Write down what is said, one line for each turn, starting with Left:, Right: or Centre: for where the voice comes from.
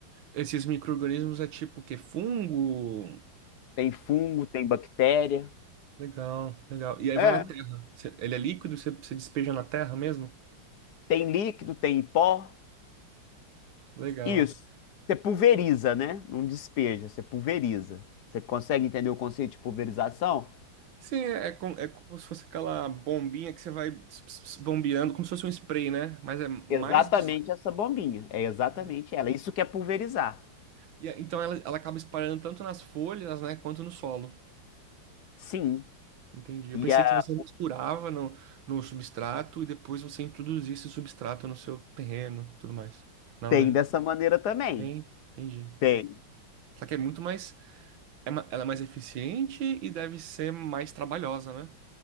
Right: Esses micro-organismos é tipo o quê? Fungo?
Left: Tem fungo, tem bactéria,
Right: Legal, legal. E aí
Left: é,
Right: vai na terra. Você- Ele é líquido, você, você despeja na terra mesmo?
Left: tem líquido, tem pó.
Right: Legal.
Left: Isso. Você pulveriza, né? Não despeja, você pulveriza. Você consegue entender o conceito de pulverização?
Right: Sim, é, é com- é como se fosse aquela bombinha que você vai ps- ps- ps- bombeando, como se fosse um spray, né? Mas é mais
Left: Exatamente
Right: de...
Left: essa bombinha. É exatamente
Right: é.
Left: ela. É Isso que é pulverizar.
Right: E é- Então ela, ela acaba espalhando tanto nas folhas, né, quanto no solo.
Left: Sim.
Right: Entendi. Eu
Left: E
Right: pensei
Left: ah,
Right: que você misturava no, no substrato e depois você introduzia esse substrato no seu terreno, e tudo mais. Não,
Left: tem
Right: né?
Left: dessa maneira também.
Right: Tem, entendi.
Left: Tem.
Right: Só que é muito mais, é ma- ela é mais eficiente e deve ser mais trabalhosa, né?